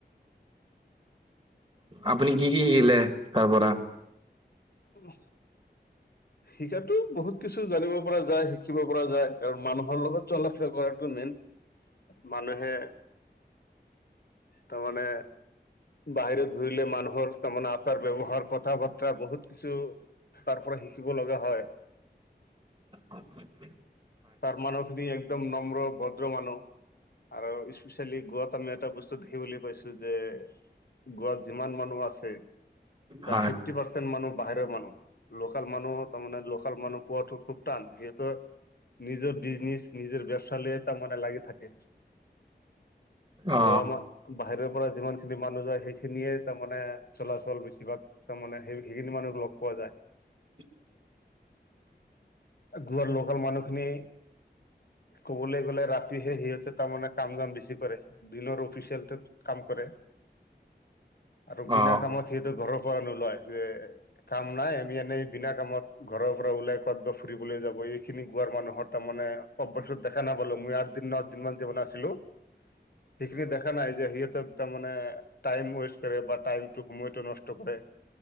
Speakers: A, on the right; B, on the left.
A: আপুনি কি, কি শিকিলে তাৰ পৰা?
B: উম
A: <unintelligible>
B: শিকাতো বহুত কিছু জানিব পৰা যায় শিকিব পৰা যায় কাৰণ মানুহৰ লগত চলাফুৰা কৰাটো মেইন মানুহে তাৰমানে বাহিৰত ঘূৰিলে মানুহৰ তাৰমানে আচাৰ ব্যৱহাৰ কথা বাৰ্তা বহুত কিছু তাৰ পৰা শিকিব লগা হয়
A: অ
B: তাৰ মানুহখিনি একদম নম্ৰ ভদ্ৰ মানুহ আৰু স্পেচিয়ালি গোৱা এটা বস্ত ছত সি বুলি পাইছো যে গোৱাত যিমান মানুহ আছে তাৰ
A: হয়
B: ফিফটি পাৰ্চেন্ট মানুহ বাহিৰৰ মানুহ লোকেল মানুহ তাৰমানে লোকেল মানুহ পোৱাটো খুব টান সিহেতৰ নিজৰ বিজনেছ নিজৰ ব্যৱসায় লৈ তাৰমানে লাগি থাকে আৰু
A: অ
B: আমাক বাহিৰৰ যিমান খিনি মানুহ যায় সেইখিনিয়ে তাৰমানে চলাচল বেছিভাগ তাৰমানে সেই সেইখিনি মানুহ লগ পোৱা যায়
A: <unintelligible>
B: তোমাৰ লোকেল মানুহ খিনি কবলৈ গ'লে ৰাতিহে সিহঁতে তাৰমানে কাম দাম বেছি কৰে দিনৰ অফিচিয়েলটো কাম কৰে আৰু বিনা
A: অ
B: কামত সিয়েতো ঘৰৰ নোলায় যে কাম নাই আমি এনেই দিনা কামত ঘৰৰ পৰা ওলাই কত ব ফুৰিবলৈ যাব এইখিনি গোৱাৰ মানুহৰ তাৰ মানে অত দেখা নাপালো মই আঠ দিন নচ দিন মান যিমান আছিলো
A: <inaudible>
B: সেইখিনি দেখা নাই যে সিহঁতে তাৰ মানে টাইম ওয়েষ্ট কৰে বা টাইম সময়টো নষ্ট কৰে।